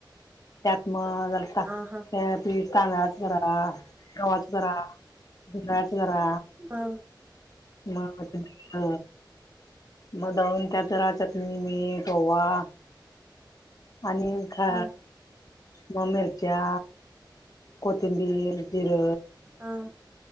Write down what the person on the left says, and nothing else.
त्यात मग त्या
पीठ तांदळाच जरा गव्हाच जरा जोंधळ्याच जरा.
मग तीत म दळून त्यात जरा चटणी मीठ ओवा. आणि खां
दोन मिरच्या कोथिंबीर जिर.